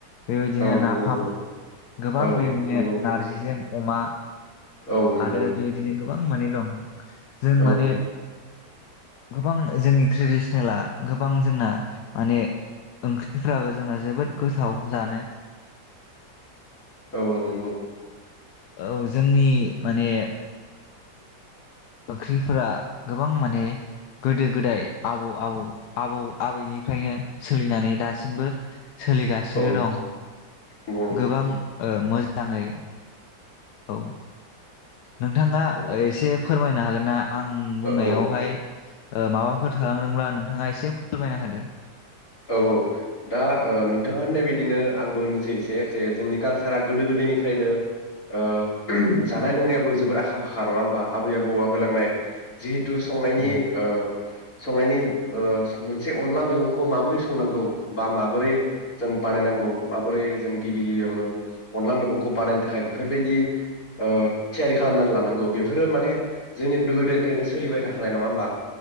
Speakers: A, on the left (about 70°); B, on the left (about 55°).
A: बेबायदिनो
B: औ नंगौ
A: नाफाम
B: नंगौ
A: गोबां
B: औ
A: बेबायदिनो
B: नंगौ
A: नारजिजों। अमा।
B: औ नंगौ
A: आरो बेबायदिनो। गोबां मानि दं। जों
B: औ
A: माने। गोबां जोंनि ट्रेडिसनेला गोबां जोंना माने ओंख्रिफ्राबो जोंना जोबोद गोथाव जानो।
B: औ औ नंगौ।
A: औ जोंनि माने। ओंख्रिफोरा गोबां माने गोदो गोदाय आबौ आबौ आबौ आबैनिफ्रायनो सोलिनानै दासिमबो। सोलिगासिनो
B: औ
A: दं
B: नंगौ नंगौ
A: गोबां ओ मोजां। जाङै। औ। नोंथाङा
B: औ
A: एसे। फोरमायनो हागोन ना। आं बुंनायावहाय।
B: औ
A: ओ माबाफोर थालांदोंब्ला नोंथाङा एसे फोरमायना होदो।
B: औ औ दा ओ नोंथाङा होननाय बायदिनो आंबो होननोसै एसे जे जोंनि कालसारा गोदो गोदायनिफ्रायनो ओ जानाय लोंनायावो जोबोर आखा फाखा नङा होमबा आबै आबौआ होलांनाय जि थु संनायनि
A: औ
B: ओ संनायनि ओ मोनसे अनला मैगंखौ खौ माबोरै संनांगौ बा माबोरै जों बानायनांगौ माबोरै जों गिबि गिबियावनो अनला मैगंखौ बानायनो थाखाय बेफोरबायदि ओ थियारि खालामनानै लानांगौ बेफोरो माने जोंनि गोदोनिफ्रायनो सोलिबाय थाखानाय नङा होमबा?